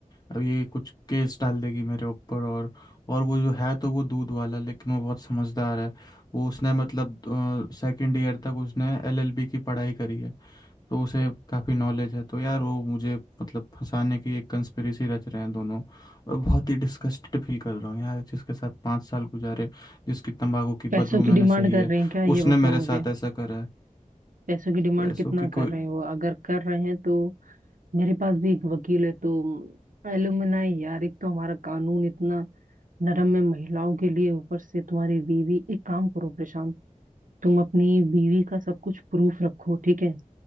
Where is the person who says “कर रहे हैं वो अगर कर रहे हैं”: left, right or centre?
Right